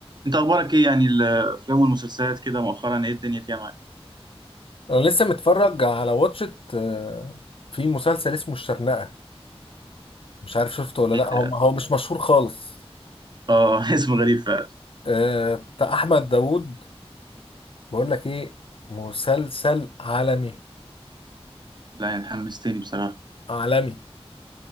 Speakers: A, on the right (about 45°); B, on the left (about 60°).
A: انت اخبارك ايه يعني الافلام والمسلسلات كده مؤخرا ايه الدنيا فيها معاك
B: انا لسه متفرج على واتشت آه، في مسلسل اسمه الشرنقة مش عارف شفته ولا
A: ايه
B: لا
A: ده
B: هو هو مش مشهور خالص
A: اه <laughs> اسم غريب فعلا
B: آه، بتاع احمد داوود بقول لك ايه مسلسل عالمي
A: لا يعني حمستني بصراحه
B: عالمي